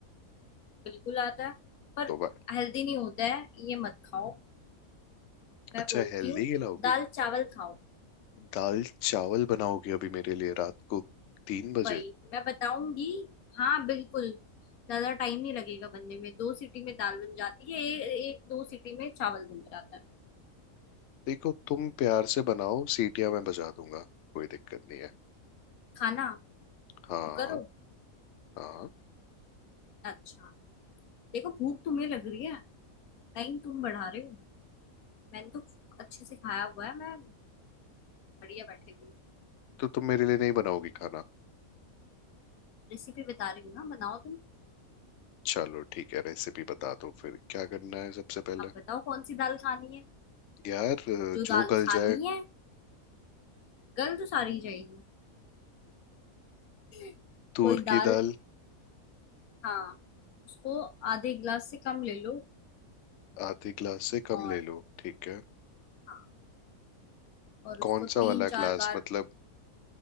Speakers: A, on the left; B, on the left.
A: बिल्कुल आता है पर
B: तो वा-
A: हेल्दी नहीं होता है ये मत खाओ मैं
B: अच्छा
A: बोलती
B: हेल्दी
A: हूँ
B: खिलाओगी
A: दाल चावल खाओ
B: दाल चावल बनाओगी अभी मेरे लिए रात को तीन बजे
A: वही मैं बताऊंगी हाँ बिल्कुल ज्यादा टाइम नहीं लगेगा बनने में दो सीटी में दाल बन जाती है ए, एक दो सीटी में चावल बन जाता है
B: देखो तुम प्यार से बनाओ सीटियां मैं बजा दूंगा कोई दिक्कत नहीं है
A: खाना
B: हाँ
A: कुकर हो
B: हाँ
A: अच्छा देखो भूख तुम्हें लग रही है टाइम तुम बढ़ा रहे हो मैंने तो अच्छे से खाया हुआ है मैं बढ़िया बैठे हुई हूँ
B: तो तुम मेरे लिए नहीं बनाओगी खाना
A: रेसिपी बता रही हूँ ना बनाओ तुम
B: चलो ठीक है रेसिपी बता दो फिर क्या करना है सबसे पहले
A: अब बताओ कौन सी दाल खानी है
B: यार
A: जो
B: जो
A: दाल
B: गल
A: खानी
B: जाए
A: है गल तो सारी जाएगी <laughs>
B: तूर
A: कोई
B: की
A: दाल
B: दाल
A: हाँ उसको आधे गिलास से कम ले लो
B: आधे ग्लास से
A: और
B: कम ले लो ठीक है
A: हाँ और उसको
B: कौन
A: तीन
B: सा वाला
A: चार
B: ग्लास
A: बार
B: मतलब